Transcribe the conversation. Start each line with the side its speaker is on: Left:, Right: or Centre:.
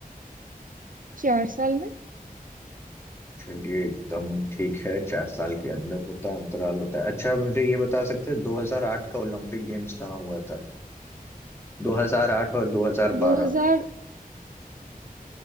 Right: चार साल में
Left: चलिए एकदम ठीक है चार साल के अंदर होता है अंतराल होता है अच्छा मुझे ये बता सकते हैं 2008 का ओलंपिक गेम्स कहाँ हुआ था 2008 और 2012
Right: 2000